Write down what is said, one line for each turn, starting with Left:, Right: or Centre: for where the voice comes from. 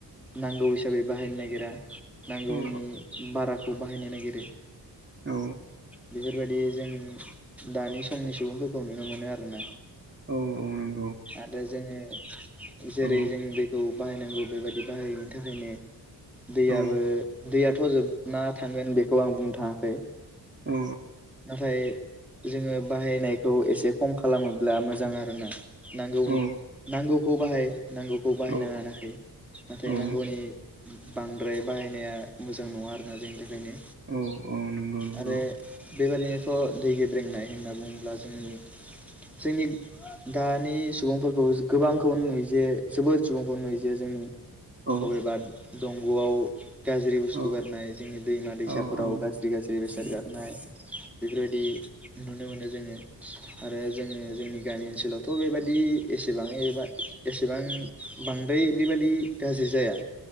Centre: नांगौ हिसाबै बाहायनो नागिरा नांगौनि
Right: औ
Centre: बाराखौ बाहायनो नागिरो।
Right: औ।
Centre: बेफोरबायदि जों दानि समनि सुबुंफोरखौ नुनो मोनो आरोना।
Right: औ औ न
Centre: आरो जोङो जेरै
Right: औ
Centre: जों दैखौ बाहायनांगौ बेबायदि बाहायनि थाखायनो दैयाबो
Right: औ
Centre: दैया थ' जोबना थांगोन बेखौ आं बुंनो थाङाखै
Right: औ
Centre: नाथाय जोङो बाहायनायखौ एसे खम खालामोब्ला मोजां आरोना। नांगौनि
Right: औ
Centre: नांगौखौ बाहाय नांगौखौ बाहायनाङा
Right: औ
Centre: होनाखै नाथाय
Right: औ
Centre: नांगौनि बांद्राय बाहायनाया मोजां नङा आरोना जोंनि थाखायनो।
Right: औ औ नंगौ नंगौ।
Centre: आरो बेबादिनोथ' दै गेब्रेंनाय होनना बुङोब्ला जोंनि जोंनि दानि नि सुबुंफोरखौ गोबांखौनो नुयो जे जोबोद सुबुंफोर नुयोे जे जोंनि
Right: औ
Centre: अबेबा दंग'आव गाज्रि बुस्थु
Right: औ
Centre: गारनाय जोंनि दैमा दैसाफोराव
Right: औ औ
Centre: गाज्रि गाज्रि बेसाद गारनाय बेफोरबायदि नुनो मोनो जोङो आरो जोङो जोंनि गामि ओनसोलाव दि एसेबां एबा एसेबां बांद्राय बेबादि गाज्रि जाया